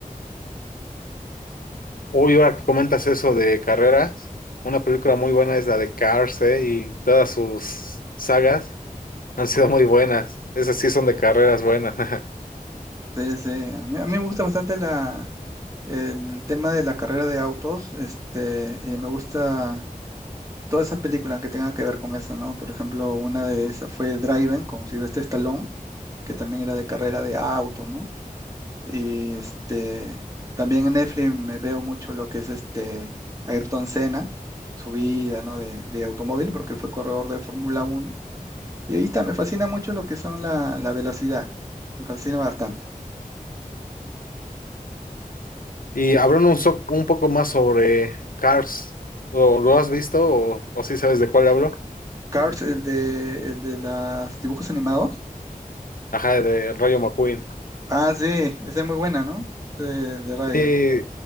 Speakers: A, on the left; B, on the right.
A: Uy, ahora que comentas eso de carreras, una película muy buena es la de Cars, ¿eh? Y todas sus sagas han sido muy buenas. Esas sí son de carreras buenas. <laughs>
B: Entonces, eh, a mí, a mí me gusta bastante la el tema de la carrera de autos, este, y me gusta todas esas películas que tengan que ver con eso, ¿no? Por ejemplo, una de esas fue Driven con Sylvester Stallone, que también era de carrera de autos, ¿no? Y este, también en Netflix me veo mucho lo que es este Ayrton Senna, su vida, ¿no? De, de automóvil, porque él fue corredor de Fórmula Uno Y ahí está, me fascina mucho lo que son la, la velocidad, me fascina bastante.
A: Y hablando un, so- un poco más sobre Cars, ¿lo, lo has visto o, o sí sabes de cuál hablo?
B: Cars, el de, el de los dibujos animados.
A: Ajá, de Rayo McQueen.
B: Ah, sí, esa es muy buena, ¿no? Sí, de Rayo.
A: Y,